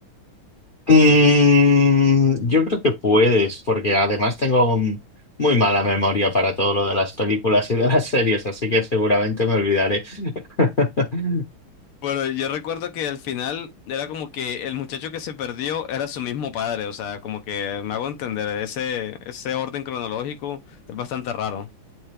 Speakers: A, on the left (about 55°); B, on the left (about 85°).
A: Mm, yo creo que puedes, porque además tengo mm, muy mala memoria para todo lo de las películas y de las series, así que seguramente me olvidaré. <laughs>
B: Bueno, yo recuerdo que al final era como que el muchacho que se perdió era su mismo padre, o sea, como que me hago entender, ese, ese orden cronológico es bastante raro.